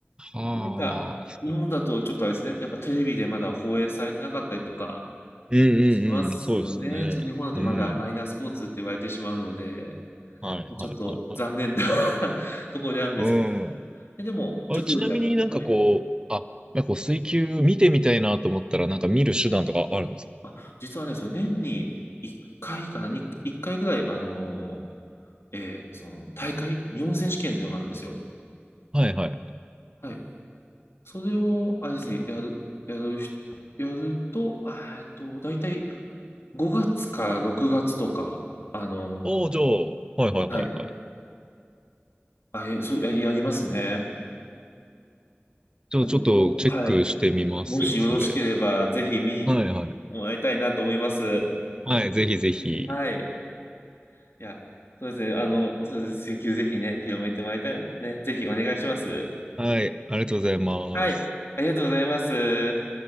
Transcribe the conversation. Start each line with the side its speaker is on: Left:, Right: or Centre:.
Right: はあ。
Left: なんか、日本だとちょっとあれですね、
Right: そう
Left: やっぱテレビでまだ放映されてなかったりとか
Right: うんうんうん、
Left: しますよね。
Right: そうですね。
Left: ちょっと日本だとまだマイナースポーツって言われてしまうので、
Right: うん。はいはいはいはい。
Left: ちょっと残念な <laughs> ところであるんですけど。
Right: うん。
Left: で、でも、
Right: あれ、
Left: ちょっとずつやはい。
Right: ちなみになんかこう、あ、なんかこう、水球見てみたいなと思ったら、なんか見る手段とかあるんですか
Left: あ、実はね、その年に1回かいかな、に1回ぐらい、あの、えーその大会、日本選手権というのがあるんですよ。
Right: はいはい。
Left: はい。それを、あれですね、やる、やる人、やると、あえっと、大体5月か6月とか、あの
Right: おー、じゃあ、はいはいはいはい。
Left: ーはい。あ、え、そう、や、やりますね。
Right: じゃあ、
Left: なんでも、
Right: ちょっとチェックしてみますよ、
Left: はい。もしよろしければ、
Right: それ。
Left: ぜひ見に行ってもらいたいなと思います。
Right: はいはい。はい、ぜひぜひ。
Left: はい。いや、そうですね。あの、そうです。請求ぜひね、広めてもらいたい。ね、ぜひお願いします。
Right: はい、ありがとうございます。
Left: はい。ありがとうございます。